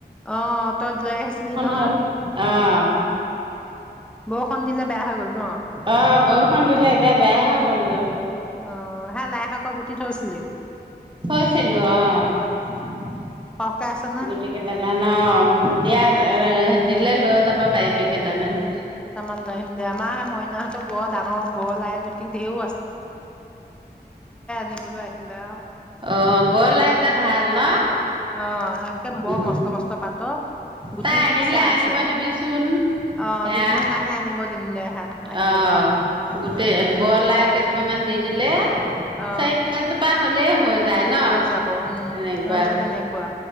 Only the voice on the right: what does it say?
হ'ল। অ',
অ', বৰষুণ দিলে এতিয়া বেয়া হৈ গ'লগৈ,
থৈছিলো অহ ',
গোট কেইটা মানৰ দিয়াৰ। এ দিলে লৈ যাবা পাৰিবি কেইটামান।
অহ ', বৌৰ লৰা কেইটা ভাল ন।
উম,
তাই
আহিলে
আনিব দিবিচোন,
সেয়া
অ',
গোটেই বৰ লাই কেইজোপা মান দি দিলে।
চাৰি পাঁচজোপা হলেই হৈ যায় ন
সেনেকুৱা।